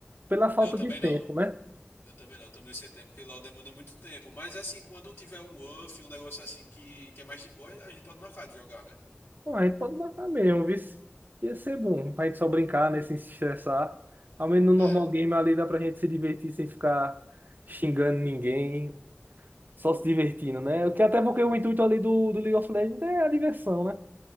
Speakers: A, on the right; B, on the left.
A: pela falta
B: Eu também
A: de tempo,
B: não.
A: né?
B: Eu também não. Eu também sem tempo, porque lá demanda muito tempo. Mas assim, quando tiver um UF, um negócio assim que, que é mais de boa, a gente pode marcar de jogar, né?
A: Bom, a gente pode marcar mesmo, viu? Ia ser bom pra gente só brincar, né? Sem se estressar. Ao menos no normal
B: É,
A: game ali dá pra gente se divertir sem ficar xingando ninguém, só se divertindo, né? O que até porque o intuito ali do, do League of Legends é a diversão, né?